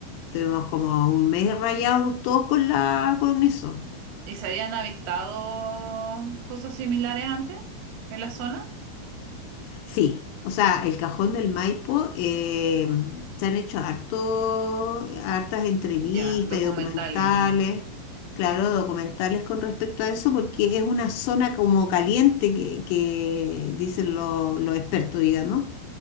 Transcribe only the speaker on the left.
tuvimos como un mes rayados todos con la, con eso.
Sí, o sea, el Cajón del Maipo, eh, se han hecho harto, hartas entrevistas
y documentales,
claro, documentales con respecto a eso, porque es una zona como caliente que, que dicen lo- los expertos, digamos,